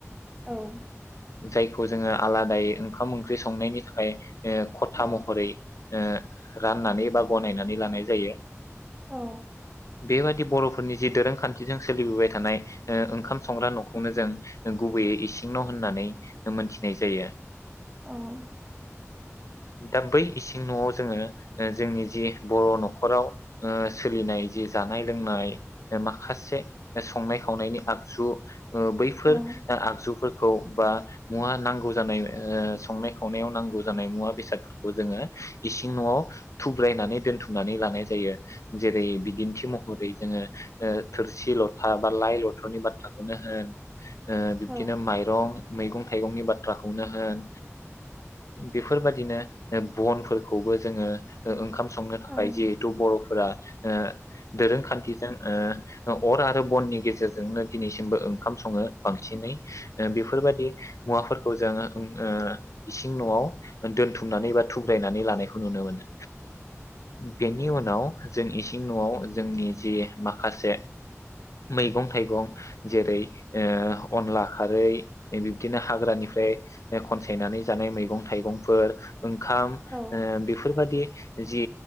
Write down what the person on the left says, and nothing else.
जायखौ जोङो आलादायै ओंखाम ओंख्रि संनायनि थाखाय। ओ खथा
महरै। ओ राननानै बा गनायनानै लानाय जायो।
बेबायदि बर'फोरनि। जि दोरोंखान्थिजों सोलिबोबाय थानाय ओ ओंखाम संग्रा न'खौनो जों गुबैयै इसिं न' होननानै मोनथिनाय जायो।
दा बै इसिं न'आव जोङो ओ जोंनि जि बर' न'खराव ओ सोलिनाय जि जानाय लोंनाय माखासे संनाय खावनायनि आगजु ओ बैफोर
आगजुफोरखौ खौ बा मुवा नांगौ जानाय ओ संनाय खावनायाव नांगौ जानाय मुवा बेसादफोरखौ जोङो इसिं न'आव थुब्रायनानै दोनथुमनानै लानाय जायो‌। जेरै बिदिन्थि महरै जोङो ओ थोरसि लथा बा लाइ लथ'नि बाथ्राखौनो होन ओ बिबदिनो
माइरं मैगं थाइगंनि बाथ्राखौनो होन बेफोरबादिनो ओ बनफोरखौबो जोङो ओ ओंखाम संनो थाखाय
जिहेथु बर'फोरा ओ दोरोंखान्थिजों अर आरो बननि गेजेरजोंनो दिनैसिमबो ओंखाम सङो बांसिनै बेफोरबायदि मुवाफोरखौ जों ओ इसिं न'आव दोनथुमनानै बा थुुब्रायनानै लानायखौ नुनो मोनो। बेनि अन नाव जों इसिं न'आव जोंनि जि माखासे मैगं थाइगं जेरै ओ अनला खारै ए बिब्दिनो हाग्रानिफ्राय ओ खनसायनानै जानाय मैगं थाइगंफोर ओंखाम
बेफोरबादि जि